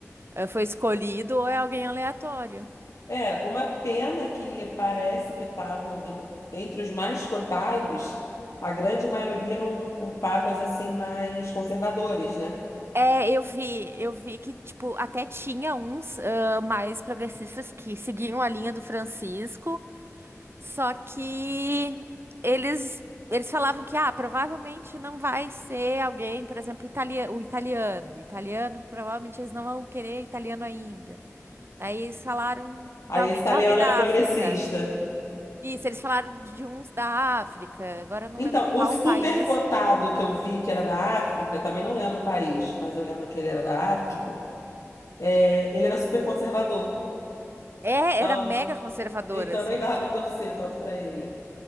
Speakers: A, on the right (about 50°); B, on the left (about 80°).
A: eh, foi escolhido ou é alguém aleatório.
B: É, uma pena que parece que estavam en- entre os mais cotados, a grande maioria eram papas assim mais conservadores, né?
A: É, eu vi, eu vi que, tipo, até tinha uns ah, mais progressistas que seguiam a linha do Francisco. Só que eles eles falavam que ah, provavelmente não vai ser alguém, por exemplo, italia- o italiano. O italiano, provavelmente eles não vão querer italiano ainda. Daí eles falaram de
B: Aí
A: alguém,
B: esse italiano
A: de alguém da
B: era progressista.
A: África. Isso, eles falaram de uns da África. Agora eu não
B: Então,
A: lembro qual
B: o super
A: país.
B: cotado que eu vi, que era da África, também não lembro o país, mas eu lembro que ele era da África, é, ele era super conservador.
A: É,
B: Então,
A: era mega conservadora,
B: então
A: assim.
B: nem dava
A: Que...
B: pra torcer tanto pra ele.